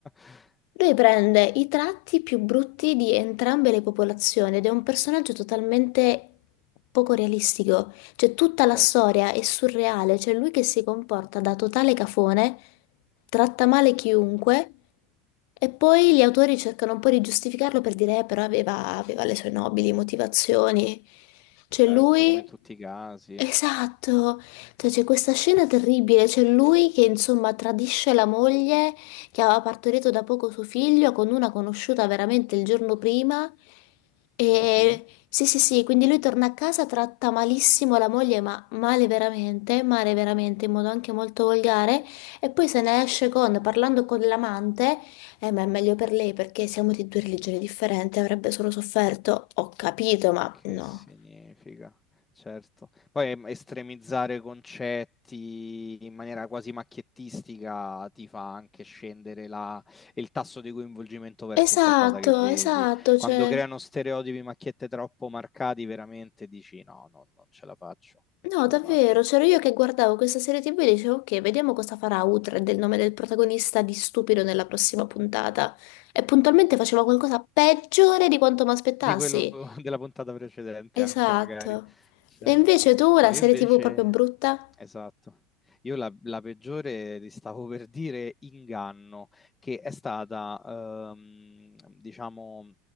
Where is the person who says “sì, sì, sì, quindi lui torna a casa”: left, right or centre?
Left